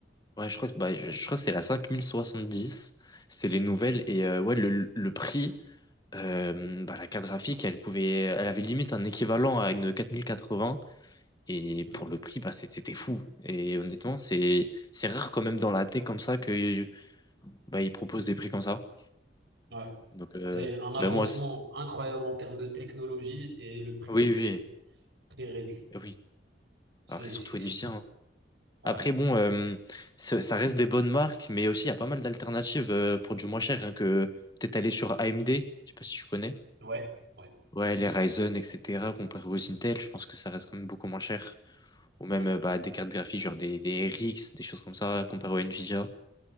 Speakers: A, on the left; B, on the right.
A: Ouais, je crois que, bah, je, je crois que c'est la cinq mille soixante dix C'est les nouvelles.
B: Mhm.
A: Et euh, ouais, le, le prix, euh, bah, la carte graphique, elle pouvait, elle avait limite un équivalent à une quatre quatre-vingts mille quatre-vingts. Et
B: Mhm.
A: pour le prix, bah, c'est- c'était fou. Et honnêtement, c'est, c'est rare quand même dans la tech comme ça que, bah, ils proposent des prix comme ça.
B: Ouais.
A: Donc, euh,
B: C'est un avancement
A: même moi, c'est-
B: incroyable en termes de technologie et le prix,
A: oui,
B: il
A: oui,
B: est très réduit.
A: eh oui.
B: C'est,
A: Après, surtout
B: c'est-
A: Nvidia. hein.
B: <laughs> Ouais,
A: Après, bon, euh, ça ça reste des bonnes marques, mais aussi, il y a pas mal d'alternatives euh, pour du moins cher. hein, que peut-être aller sur AMD, je sais pas si tu connais.
B: ouais, ouais.
A: Ouais, les Ryzen, etc., comparé aux
B: Mhm.
A: Intel, je pense que ça reste quand même beaucoup moins cher. Ou même
B: Ouais.
A: euh, bah, des cartes graphiques, genre des, des RX, des choses comme ça, comparé aux Nvidia.